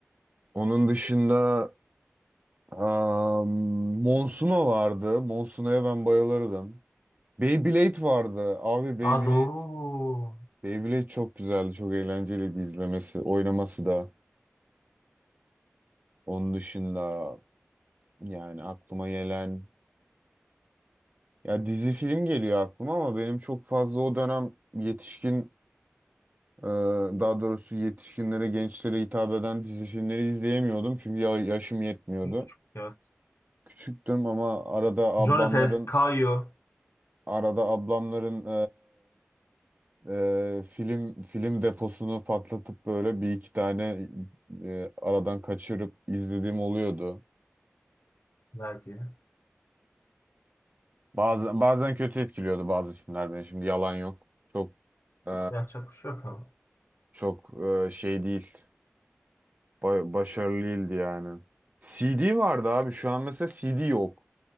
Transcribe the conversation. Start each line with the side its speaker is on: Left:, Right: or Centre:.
Right: Onun dışında am, Monsuno vardı. Monsuno'ya ben bayılırdım. Beyblade vardı. Abi Beyblade.
Left: Aa doğru.
Right: Beyblade çok güzeldi. Çok eğlenceliydi izlemesi, oynaması da. Onun dışında yani aklıma gelen ya dizi film geliyor aklıma ama benim çok fazla o dönem yetişkin Ee, daha doğrusu yetişkinlere, gençlere hitap eden dizi filmleri izleyemiyordum çünkü ya- yaşım yetmiyordu.
Left: Küçük. Evet.
Right: Küçüktüm ama arada ablamların
Left: Johnny Test, Kayo
Right: arada ablamların e, e, film film deposunu patlatıp böyle bir iki tane e, aradan kaçırıp izlediğim oluyordu.
Left: verdi.
Right: Bazen bazen kötü etkiliyordu bazı filmler beni. Şimdi yalan yok. Çok e,
Left: Yapacak bir şey yok ama.
Right: çok e, şey değil. Ba- başarılı değildi yani. CD vardı abi. Şu an mesela CD yok.